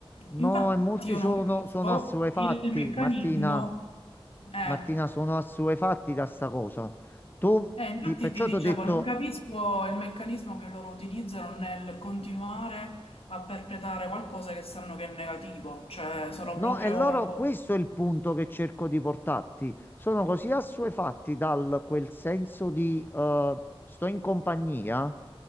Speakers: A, on the left (about 20°); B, on the left (about 80°).
A: No,
B: Infatti
A: e molti
B: io
A: sono,
B: non capisco
A: sono assuefatti,
B: il meccanismo...
A: Martina.
B: Eh.
A: Martina, sono assuefatti da sta cosa. Tu,
B: Eh, infatti
A: ti, perciò
B: ti dicevo,
A: ti ho detto,
B: non capisco il meccanismo che loro utilizzano nel continuare a perpetrare qualcosa che sanno che è negativo, cioè sono
A: no,
B: proprio,
A: e loro, questo è il punto che cerco di portarti. Sono così assuefatti dal quel senso di eh, sto in compagnia,